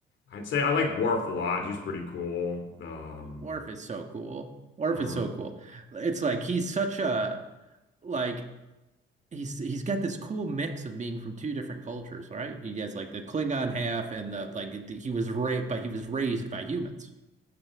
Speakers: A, on the left; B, on the right.
A: I'd say I like Worf a lot. He's pretty cool. The um,
B: Worf is so cool. Worf
A: uh,
B: is so cool. It's like he's such a like he's he's got this cool mix of being from two different cultures, right? He has like the Klingon half and the like the, he was raised, but he was raised by humans.